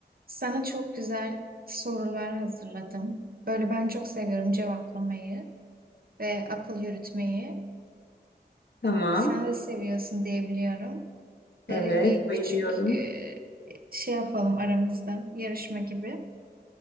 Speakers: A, on the right; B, on the left.
A: Sana çok güzel sorular hazırladım. Böyle ben çok seviyorum cevaplamayı ve akıl yürütmeyi.
B: Tamam.
A: E, Sen de seviyorsun diye biliyorum. Böyle
B: Evet.
A: bir
B: Bayılıyorum.
A: küçük e, şey yapalım aramızda yarışma gibi.